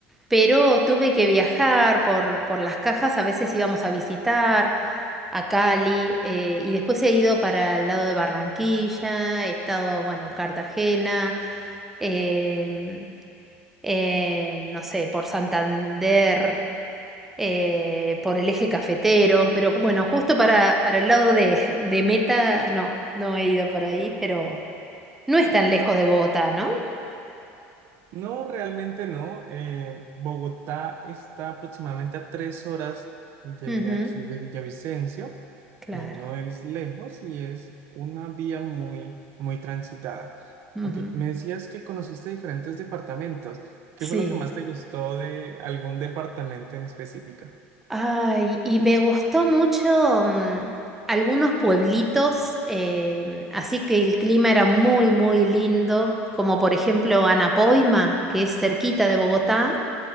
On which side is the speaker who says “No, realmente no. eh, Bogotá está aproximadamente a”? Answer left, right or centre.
Right